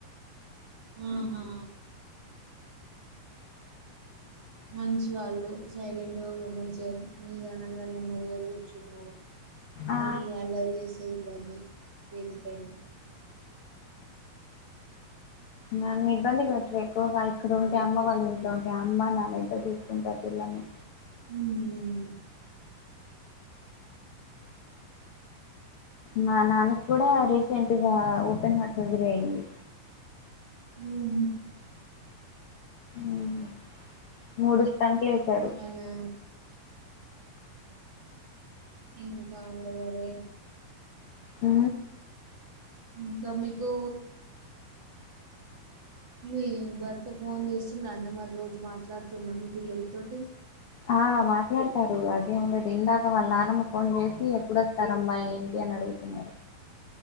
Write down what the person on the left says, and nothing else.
ఆ
నన్ను ఇబ్బంది పెట్టరు ఎక్కువగా ఇక్కడ ఉంటే అమ్మ వాళ్ళ ఇంట్లో ఉంటే అమ్మ నాన్న ఇద్దరూ చూసుకుంటారు పిల్లల్ని
మా నాన్నకు కూడా రీసెంట్గా ఓపెన్ హార్ట్ సర్జరీ అయింది
మ్మ్ మూడు స్టంట్లు ఏసారు
ఆ
ఆ మాట్లాడతారు అదే ఉండదు ఇందాక వాళ్ళ నానమ్మ ఫోన్ చేసి ఎప్పుడొస్తారమ్మా ఏంటి అని అడుగుతున్నారు